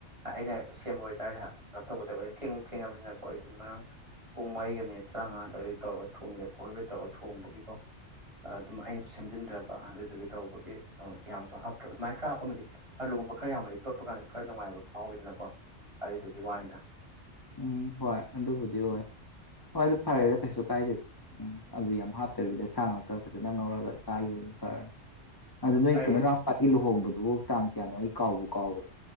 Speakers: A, on the right; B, on the left.
A: ꯑꯩꯅ ꯁꯦꯝꯕ ꯑꯣꯏꯇꯥꯥꯔꯦꯩꯅꯣ ꯇꯧꯒꯗꯕ ꯊꯦꯡꯁꯨ ꯊꯦꯡꯅꯕꯅꯤꯅꯀꯣ ꯑꯩꯗꯣ ꯉꯔꯥꯡ ꯄꯨꯡ ꯃꯔꯤꯒ ꯃꯤꯅꯤꯠ ꯇꯔꯥꯃꯉꯥ ꯑꯗꯨꯋꯥꯏꯗꯩ ꯇꯧꯔꯒ ꯊꯣꯡꯉꯦꯕ ꯑꯩꯣꯏꯕ ꯇꯧꯔꯒ ꯊꯣꯡꯕꯒꯤꯀꯣ ꯑꯗꯨꯝ ꯑꯩꯅꯁꯨ ꯁꯦꯝꯖꯤꯟꯗ꯭ꯔꯀ ꯑꯗꯨꯗꯨꯒꯤ ꯇꯧꯕꯒꯤ ꯌꯥꯝꯁꯨ ꯍꯥꯞꯇ꯭ꯔꯕ ꯑꯗꯨꯃꯥꯏꯅ ꯈꯔ ꯍꯥꯞꯄꯃꯗꯤ ꯑꯥꯂꯨꯒꯨꯝꯕ ꯈꯔ ꯌꯥꯝꯕꯗꯤ ꯇꯣꯠꯄ ꯀꯥꯟꯗ ꯈꯔ ꯅꯨꯡꯉꯥꯏꯕ ꯐꯥꯎꯋꯤꯗꯅꯀꯣ ꯑꯗꯨꯗꯨꯒꯤ ꯋꯥꯅꯤꯗ
B: ꯎꯝ ꯍꯣꯏ ꯑꯗꯨꯕꯨꯗꯤ ꯑꯣꯏ ꯍꯣꯏ ꯑꯗꯨ ꯐꯔꯦꯗ ꯀꯩꯁꯨ ꯀꯥꯏꯗꯦꯗ ꯎꯝ ꯑꯥꯂꯨ ꯌꯥꯝ ꯍꯥꯞꯇꯕꯤꯗ ꯁꯥ ꯉꯥꯛꯇ ꯐꯖꯅ ꯉꯧꯔꯒ ꯆꯥꯒꯗꯨꯅ ꯐꯔꯕꯅꯤ ꯑꯗꯨ ꯅꯣꯏ
A: ꯑꯩꯅ
B: ꯀꯩꯅꯣ ꯅꯄꯥꯒꯤ ꯂꯨꯣꯡꯕꯣ ꯑꯗꯨꯐꯥꯎ ꯇꯥꯡ ꯀꯌꯥꯅꯣ ꯑꯩ ꯀꯥꯎꯕ ꯀꯥꯎꯈ꯭ꯔꯦ